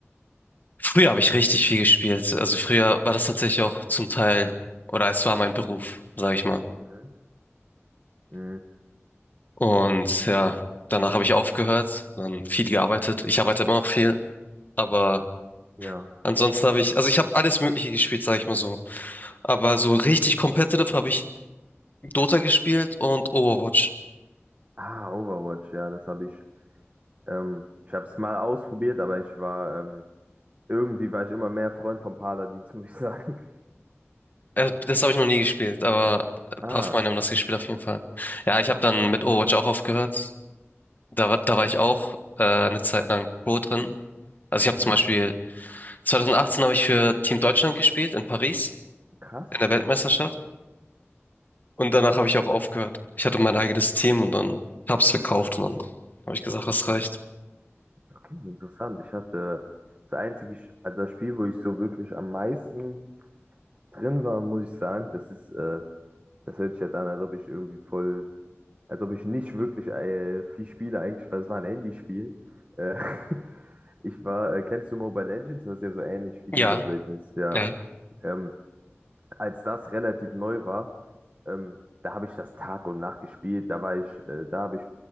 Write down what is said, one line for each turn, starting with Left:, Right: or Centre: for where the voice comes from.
Left: Früher habe ich richtig viel gespielt. Also früher war das tatsächlich auch zum Teil, oder es war mein Beruf, sage ich mal.
Right: mhm, mhm,
Left: Und ja, danach habe ich aufgehört, dann viel gearbeitet. Ich arbeite immer noch viel, aber
Right: ja.
Left: ansonsten habe ich, also ich habe alles Mögliche gespielt, sage ich mal so. Aber so richtig competitive habe ich Dota gespielt und Overwatch.
Right: Ah, Overwatch, ja, das habe ich. Ähm, ich habe es mal ausprobiert, aber ich war ähm, irgendwie war ich immer mehr Freund von Paladins, <laughs> muss ich sagen. <laughs>
Left: Äh, das habe ich noch nie gespielt, aber ein
Right: Ah,
Left: paar Freunde haben das gespielt auf jeden Fall. Ja, ich habe dann mit Overwatch auch aufgehört. Da, war- da war ich auch äh, eine Zeit lang Pro drin. Also ich habe
Right: mhm,
Left: zum Beispiel 2018 habe ich für Team Deutschland gespielt in Paris
Right: krass.
Left: in der Weltmeisterschaft. Und danach habe ich auch aufgehört. Ich hatte mein eigenes Team und dann hab's verkauft und dann habe ich gesagt, es reicht.
Right: Okay, interessant. Ich hatte das einzige, Sch- also das Spiel, wo ich so wirklich am meisten drin war, muss ich sagen, das ist, äh, das hört sich jetzt an, als ob ich irgendwie voll als ob ich nicht wirklich äh, viel spiele eigentlich, weil es war ein Handyspiel. Äh, <laughs> ich war, äh, kennst du Mobile Legends? Das ist ja so ähnlich wie
Left: Ja,
Right: League of Legends, ja.
Left: ja.
Right: Ähm, als das relativ neu war, ähm, da habe ich das Tag und Nacht gespielt. Da war ich, äh, da habe ich